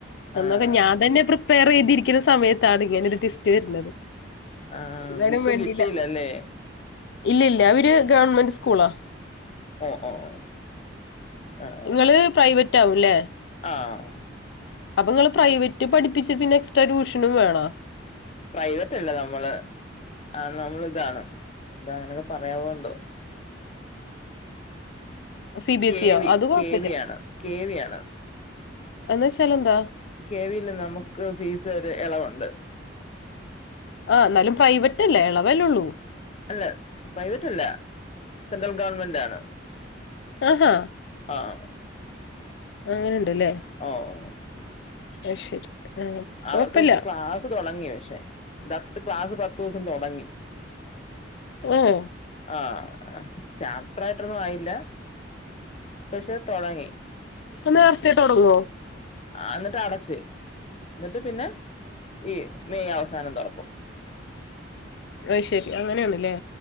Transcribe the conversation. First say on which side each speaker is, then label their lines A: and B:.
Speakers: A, on the left (about 65°); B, on the left (about 35°).
A: എന്നന്നൊക്കെ
B: ആഹ്
A: ഞാൻ തന്നെ പ്രിപ്പയർ ചെയ്തിരിക്കുന്ന സമയത്താണ് ഇങ്ങനെ ഒരു ടിസ്റ്റ് വരുന്നത്
B: ആഹ്
A: എന്നാലും
B: ബുക്ക്
A: വേണ്ടില്ല
B: കിട്ടിയില്ലല്ലേ
A: ഇല്ല ഇല്ല അവര് ഗവൺമെന്റ് സ്കൂളാ
B: ഓ ഓ ഓ ആഹ്
A: ങ്ങള് പ്രൈവറ്റ് ആവുംലെ
B: ആഹ്
A: അപ്പൊ നിങ്ങള് പ്രൈവറ്റ് പഠിപ്പിച്ചി പിന്നെ എക്സ്ട്രാ ട്യൂഷനും വേണോ
B: പ്രൈവറ്റ് അല്ലേ നമ്മള് ആഹ് നമ്മള ഇതാണ് ഇത അങ്ങനെയൊക്കെ പറയാവോണ്ടോ
A: സി ബി
B: കേവി
A: എസ് ഇ യോ അത് കൊഴപ്പില്ല
B: കേവിയാണ് കേവിയാണ്
A: എന്നുവെച്ചാൽ എന്താ
B: കെവിൽ നമുക്ക് ഫീസ് ഒരു ഇളവുണ്ട്
A: ആഹ് എന്നാലും പ്രൈവറ്റ് അല്ലേ ഇളവലള്ളൂ
B: അല്ല പ്രൈവറ്റ് അല്ല സെൻട്രൽ ഗവൺമെന്റ് ആണ്
A: ആഹാ
B: ആഹ്
A: അങ്ങനെുണ്ടല്ലേ
B: ഓഹ് ഓഹ്
A: അയ് ശരി ആ
B: അവർക്ക്
A: കൊഴപ്പില്ല
B: ക്ലാസ്സ് തുടങ്ങി പക്ഷെ ത്ത് ക്ലാസ് പത്ത് ദിവസം തുടങ്ങി
A: ആഹ്
B: ആഹ് ചാപ്റ്റർ ആയിട്ടൊന്നും ആയില്ല പക്ഷെ തുടങ്ങി
A: ഇപ്പം നേരത്തെ തുടങ്ങുവോ
B: ആഹ് എന്നിട്ട് അടച്ച് എന്നിട്ട് പിന്നെ ഈ മെയ്‌ അവസാനം തുറക്കും
A: അയ് ശരി അങ്ങനെയാണല്ലേ